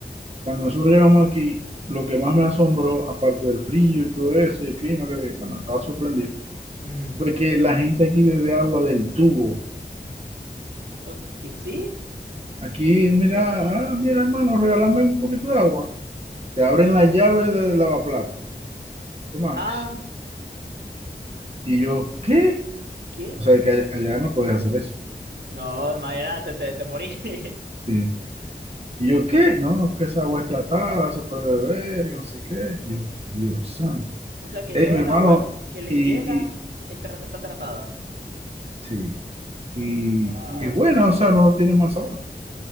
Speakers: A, on the right; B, on the right.
A: Cuando nosotros llegamos aquí, lo que más me asombró, aparte del frío y todo eso, y el clima, que bueno, estaba sorprendido,
B: Ujú.
A: fue que la gente aquí bebe agua del tubo.
B: O- ¿qué- ¿Sí?
A: Aquí, mira, ah, mira, hermano, regálame un poquito de agua. Te abren la llave del lavaplato. Toma.
B: Ah,
A: Y yo, ¿qué?
B: ¿qué?
A: O sea, que allá allá no podés hacer eso.
B: No, imagínate, te, te morí. <laughs>
A: Sí. Y yo, ¿qué? No, que esa agua es tratada, eso puede beber, que no sé qué. Y yo, Dios santo.
B: O sea que
A: Ey,
B: todo
A: mi hermano,
B: el agua que, que les
A: y,
B: llega
A: y
B: está, está tratada.
A: sí. Y,
B: Wow.
A: y es buena, o sea, no tiene mal sabor.